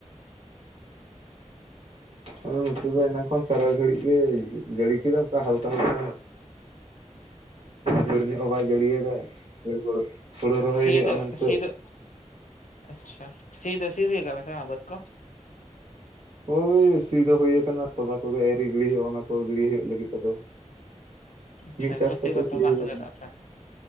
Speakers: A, on the left (about 80°); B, on the right (about 60°).
A: ᱟᱪᱪᱷᱟ
B: ᱟᱫᱚ ᱱᱚᱛᱮ ᱫᱚ ᱮᱱᱟᱱ ᱠᱷᱚᱱ ᱥᱟᱨᱟ ᱜᱷᱟᱹᱲᱤᱡ ᱜᱮ ᱡᱟᱹᱲᱤ ᱠᱮᱫᱟ ᱚᱱᱠᱟ ᱦᱟᱞᱠᱟ ᱦᱟᱞᱠᱟ ᱡᱳᱨ ᱧᱚᱜ ᱜᱮ ᱵᱟᱭ ᱡᱟᱹᱲᱤ ᱟᱫᱟᱭ᱾ ᱦᱳᱭ ᱦᱳᱲᱳ ᱨᱚᱦᱚᱭ
A: ᱥᱤ
B: ᱦᱳᱭᱳᱜ-ᱟ
A: ᱫᱚ
B: ᱢᱮᱱᱛᱮ
A: ᱥᱤ ᱫᱚ ᱟᱪᱪᱷᱟ ᱥᱤ ᱫᱚ ᱥᱤ ᱦᱳᱭ ᱠᱟᱜ-ᱟ ᱥᱮ ᱵᱟᱝ ᱵᱟᱹᱫᱽ ᱠᱚ?
B: ᱳᱭ ᱥᱤ ᱫᱚ ᱦᱳᱭ ᱠᱟᱱᱟ ᱛᱚᱞᱟ ᱠᱚᱜᱮ ᱟᱣᱨᱤ ᱜᱤᱲᱤ ᱦᱩᱭᱩᱜᱼᱟ ᱚᱱᱟ ᱠᱚ ᱜᱤᱲᱤ ᱦᱩᱭᱩᱜ ᱞᱟᱹᱜᱤᱫ ᱟᱫᱚ᱾
A: ᱟᱪᱪᱷᱟ
B: ᱢᱤᱫ ᱪᱟᱥ
A: ᱠᱷᱚᱛᱤ
B: ᱠᱟᱛᱮᱜ
A: ᱠᱚᱫᱚ
B: ᱥᱤ ᱦᱩᱭ
A: ᱢᱟᱜ
B: ᱠᱟᱱᱟ᱾
A: ᱟᱠᱟᱫ ᱯᱮ